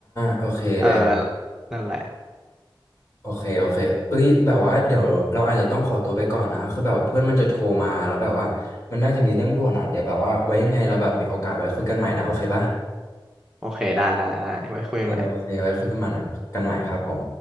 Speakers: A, on the left; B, in the centre.
A: โอเคเลย
B: เออนั่นแหละ
A: โอเคโอเค เอ้ยแบบว่าเดี๋ยวเราอาจจะต้องขอตัวไปก่อนนะคือแบบเพื่อนมันจะโทรมาแล้วแบบว่ามันน่าจะมีเรื่องด่วนอ่ะเดี๋ยวแบบว่าไว้ยังไงเราแบบมีโอกาสไว้คุยกันใหม่นะ โอเคป่ะ
B: โอเคได้ได้ได้ไว้คุยกันใหม่
A: โอเคโอเค ไว้คุยกันใหม่กันใหม่ครับผม